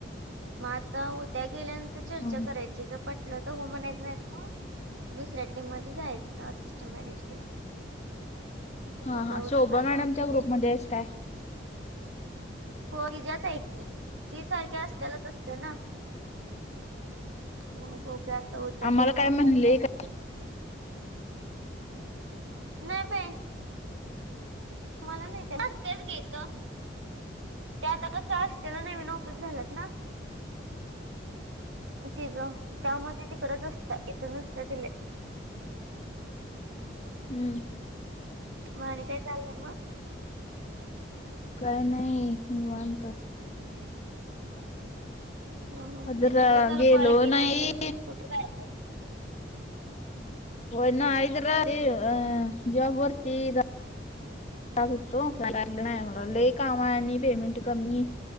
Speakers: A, on the right; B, on the left.
A: मग आता उद्या गेल्यानंतर चर्चा
B: हा.
A: करायची, जर पटलं तर हो म्हणायच नाहीतर दुसऱ्या टीम मध्ये जायाचं असिस्टंट मॅनेजरला. आता
B: हा,
A: बघा
B: हा.
A: उद्या
B: शोभा
A: काय
B: मॅडमच्या
A: काय होतंय
B: ग्रुपमध्ये आहेस काय?
A: हो तिज्याच हाय की, ती सारख्या असल्यालाच असत्या ना. मग बघुया आता उद्या
B: आम्हाला
A: गेल्यावर
B: म्हणले
A: काय. काय होतंय
B: का
A: नाही बाई. मला नाही काय नसत्याच गं इथं, ते आता कस असतेला नाही म्हणू. वीस झाल्यात ना तिज त्यामुळं ती तिकडंच असत्या इथं नसत्या ति लई.
B: हू
A: व्हयं आणि काय चाललंय मग?
B: काय नाही निवांत.
A: हू.. हू..
B: जरा
A: किती दिवस झालं
B: गेलो
A: कॉल केला
B: नाही
A: नाहीस? कुठे गायब
B: होय नाही जरा हे अ जॉब वरती जा जात हुतो काय जमलं नाही मला, लई काम आणि पेमेंट कमी.